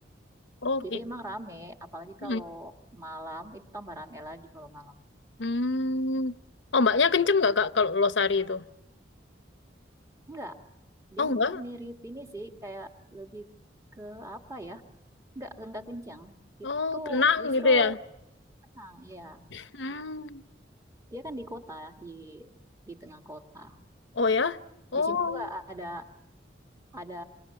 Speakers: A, on the left; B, on the right.
A: Oh
B: Jadi
A: gitu.
B: emang rame, apalagi
A: Hmm.
B: kalau malam itu tambah rame lagi kalau malam.
A: Hmm. Oh mbaknya kenceng nggak kak kalau losari itu?
B: Enggak, dia
A: Oh enggak.
B: mirip ini sih kayak lebih ke apa ya? Enggak, enggak kencang. Itu
A: Oh tenang
B: justru
A: gitu ya.
B: tenang, ya.
A: Hmm.
B: Dia kan di kota, ya, di di tengah kota.
A: Oh ya. Oh.
B: Di sini juga ada ada